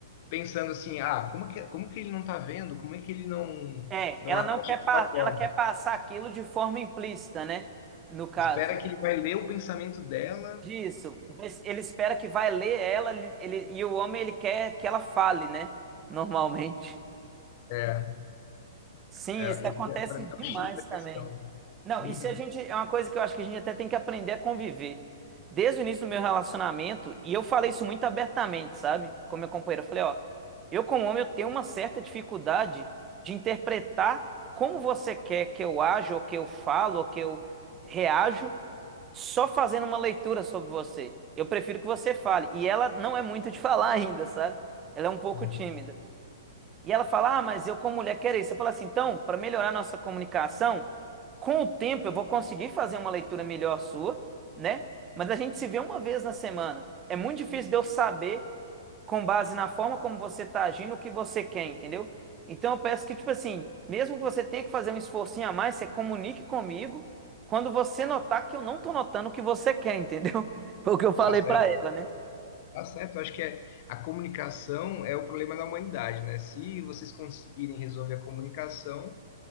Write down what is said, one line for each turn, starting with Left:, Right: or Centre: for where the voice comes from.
Left: pensando assim, ah, como que, como que ele não está vendo? Como é que ele não,
Right: É,
Left: não
Right: ela
Left: age
Right: não quer,
Left: de
Right: pa-
Left: tal forma?
Right: ela quer passar aquilo de forma implícita, né? No caso
Left: Espera que ele vai ler o pensamento dela.
Right: disso, mas ele espera que vai ler ela ele, ele- e o homem ele quer que ela fale, né? Normalmente.
Left: É,
Right: Sim,
Left: é,
Right: isso acontece
Left: esse é para mim
Right: demais
Left: é o X da questão.
Right: também. Não,
Left: Uhum,
Right: isso a gente é uma coisa que eu acho que a gente até tem que aprender a conviver. Desde o início do meu relacionamento, e eu falei isso muito abertamente, sabe? Com meu companheiro, eu falei, ó, eu como homem eu tenho uma certa dificuldade de interpretar como você quer que eu aja, ou que eu falo, ou que eu reajo, só fazendo uma leitura sobre você. Eu prefiro que você fale. E ela não é muito de falar <laughs> ainda, sabe? Ela é um pouco
Left: uhum.
Right: tímida. E ela fala: Ah, mas eu como mulher quero isso. Eu falo assim: então, para melhorar nossa comunicação, com o tempo eu vou conseguir fazer uma leitura melhor sua, né? Mas a gente se vê uma vez na semana. É muito difícil de eu saber, com base na forma como você está agindo, o que você quer, entendeu? Então eu peço que, tipo assim, mesmo que você tenha que fazer um esforcinho a mais, você comunique comigo quando você notar que eu não estou notando o que você quer, entendeu? <laughs> Foi o que eu falei
Left: Tá certo.
Right: para ela, né?
Left: Tá certo, eu acho que é, a comunicação é o problema da humanidade, né? Se vocês conseguirem resolver a comunicação,